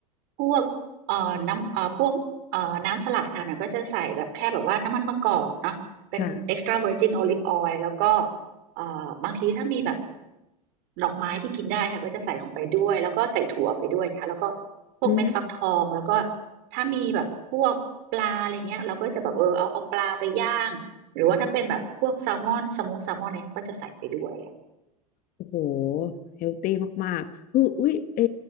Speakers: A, on the right; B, on the left.
A: พวกเอ่อน้ำเอ่อพวกเอ่อน้ำสลัดค่ะเน่ยก็จะใส่แบบแค่แบบว่าน้ำมันมะกอกเนาะเป็น
B: ค่ะ
A: extra virgin olive oil แล้วก็เอ่อบางทีถ้ามีแบบดอกไม้ที่กินได้ค่ะก็จะใส่ลงไปด้วยแล้วก็ใส่ถั่วไปด้วยนะคะแล้วก็พวกเม็ดฟักทองแล้วก็
B: อืม
A: ถ้ามีแบบพวกปลาอะไรเงี้ยเราก็จะแบบเออเอาเอาปลาไปย่างหรือว่าถ้าเป็นแบบพวกแซลมอนสโมกแซลมอนอะไรก็จะใส่ไปด้วยอะ
B: โอ้โหเฮลตี้มากๆคืออุ๊ยเออ